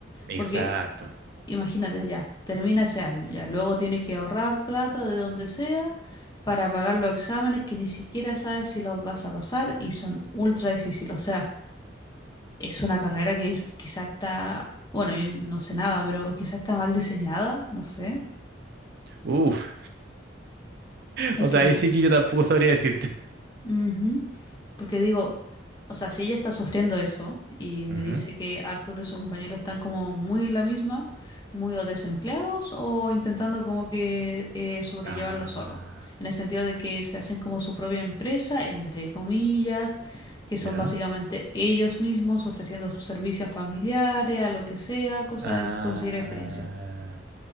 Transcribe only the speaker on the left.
porque Imagínate ya, termina ese año ya. Luego tiene que ahorrar plata de donde sea para pagar los exámenes que ni siquiera sabes si los vas a pasar y son ultra difíciles. O sea, es una carrera que es, quizá está, bueno, yo no sé nada, pero quizá está mal diseñada, no sé.
Es
que
Ujú. Porque digo, o sea, si ella está sufriendo eso y me
dice que hartos de sus compañeros están como muy en la misma, muy o desempleados o intentando como que eh, sobrellevarlo
solo, en el sentido de que se hacen como su propia empresa, entre comillas, que son
básicamente ellos mismos ofreciendo sus servicios a familiares, a lo que sea, cosa
es conseguir experiencia.